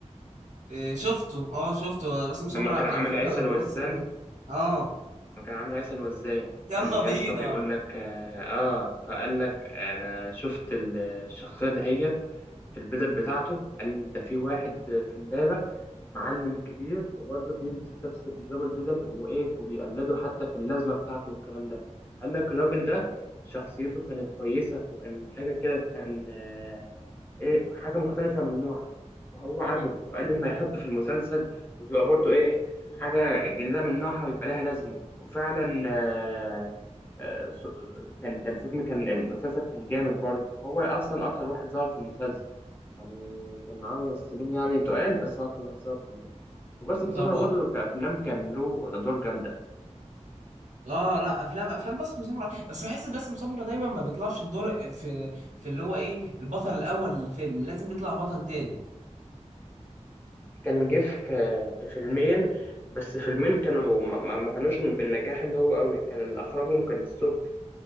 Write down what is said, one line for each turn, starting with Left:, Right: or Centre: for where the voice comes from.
Right: آه، شفته اه شفته آه، باسم سمرة
Left: لما كان
Right: على
Left: عامل
Right: فكره
Left: عيسى
Right: ممثل
Left: الوزان
Right: رهيب. اه
Left: ما كان عامل عسل وازاي
Right: يلا
Left: كان
Right: بينا
Left: يا اسطى بيقول لك اه آه، فقال لك انا شفت ال- الشخصيه دهيت في البدل بتاعته قال ده في واحد في امبابه معلم كبير وبرضه بيلبس نفس نظام البدل وايه وبيقلده حتى في اللازمه بتاعته والكلام ده قال لك الراجل ده شخصيته كانت كويسه وكان حاجه كده كان آه ايه حاجه مختلفه من نوعها فهو عجبه
Right: مم.
Left: فقال لما يحطه في المسلسل وتبقى برضه ايه حاجه جديده من نوعها ويبقى لها لازمه وفعلا آه، آه، س- كان كان فيلم كان مسلسل كان جامد برضه هو اصلا اكتر واحد ظهر في المسلسل يعني كان معاه ممثلين يعني تقال بس هو اكتر واحد ظهر في المسلسل وباسم
Right: طب
Left: سمرة برضه كأفلام كان له أدوار جامدة
Right: اه لا افلام افلام باسم سمرة بس بحس باسم سمرة دايما ما بيطلعش الدور في في اللي هو ايه البطل الاول للفيلم لازم بيطلع بطل تاني
Left: كان جه في في فيلمين بس فيلمين كانوا ما, ما ما كانوش بالنجاح اللي هو قوي كان اللي أخرجهم كان السبكي